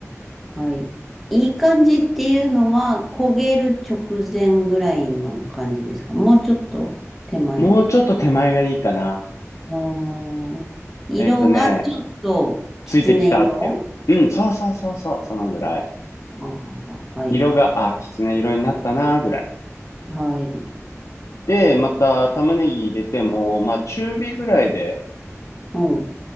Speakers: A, in the centre; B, on the left.
A: はい。いい感じっていうのは、焦げる直前ぐらいの感じですかもうちょっと手前
B: もうちょっと手前がいいかな。
A: あー色がちょっときつね色
B: えっとね、ついてきたっていう。うん、そうそうそうそう、そのぐらい。
A: あはははい。
B: 色が、あ、きつね色になったな、ぐらい。
A: はい。
B: で、また玉ねぎ入れても、まあ中火ぐらいで、
A: うん。